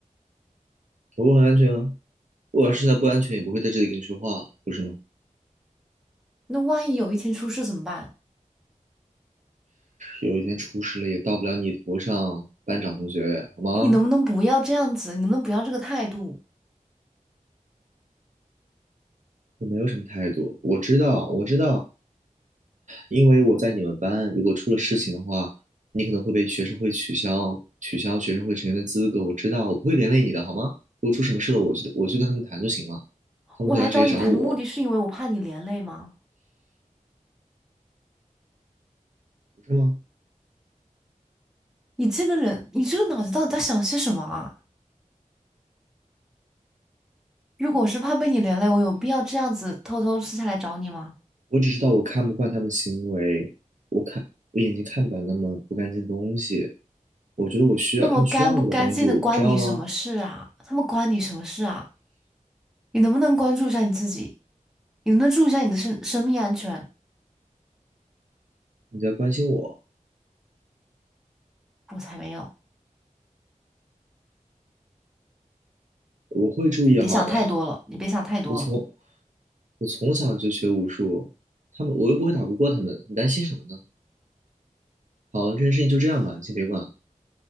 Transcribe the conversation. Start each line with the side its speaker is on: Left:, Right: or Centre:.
Right: 我很安全啊。我要是现在不安全，也不会在这里跟你说话了，不是吗？
Centre: 那万一有一天出事怎么办？
Right: 有一天出事了也到不了你头上，班长同学，好吗？
Centre: 你能不能不要这样子？你能不能不要这个态度？
Right: 我没有什么态度，我知道，我知道，因为我在你们班，如果出了事情的话，你可能会被学生会取消取消学生会成员的资格。我知道，我不会连累你的，好吗？如果出什么事了，我去我去跟他们谈就行了，他们会来直接找我，
Centre: 我来找你谈的目的是因为我怕你连累吗？
Right: 不是吗？
Centre: 你这个人，你这个脑子到底在想些什么啊？如果我是怕被你连累，我有必要这样子偷偷私下来找你吗？
Right: 我只知道我看不惯他们行为，我看我眼睛看不了那么不干净的东西。我觉得我需要他们需要我的帮助，
Centre: 那么干不干净的关你什么事啊？
Right: 知道吗？
Centre: 他们关你什么事啊？你能不能关注一下你自己？你能不能注意一下你的生生命安全？
Right: 你在关心我，
Centre: 我才没有！
Right: 我会注意好的。
Centre: 你别想太多了，你别想太多了，
Right: 我从我从小就学武术，他们我又不会打不过他们，你担心什么呢？好了，这件事情就这样吧，你先别管了。